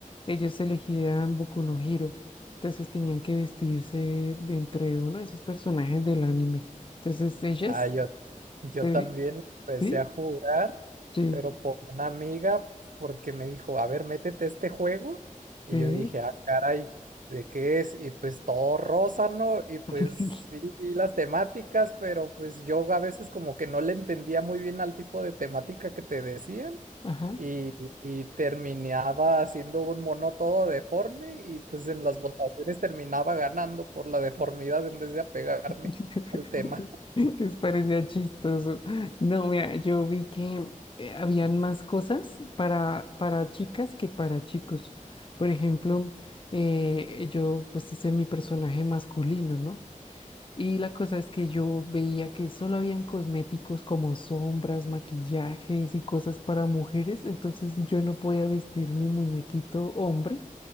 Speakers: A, on the left; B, on the right.
A: ellos elegían Boku no Hero. Entonces tenían que vestirse de entre uno de esos personajes del anime. Entonces ellas,
B: Ah, yo, yo
A: sí,
B: también empecé
A: sí,
B: a jugar.
A: sí.
B: pero por una amiga, porque me dijo, a ver, métete a este juego. Y
A: sí.
B: yo dije, ah, caray, ¿de qué es? Y pues todo rosa, ¿no? Y
A: <laughs>
B: pues sí, vi las temáticas, pero pues yo a veces como que no le entendía muy bien al tipo de temática que te decían.
A: Ajá.
B: Y, y terminaba haciendo un mono todo deforme y pues en las votaciones terminaba ganando por la deformidad en vez de apegarme
A: <laughs>
B: al tema.
A: Les parecía chistoso. No, mira, yo vi que eh, habían más cosas para, para chicas que para chicos. Por ejemplo, eh, yo pues hice mi personaje masculino, ¿no? Y la cosa es que yo veía que solo habían cosméticos como sombras, maquillajes y cosas para mujeres, entonces yo no podía vestir mi muñequito hombre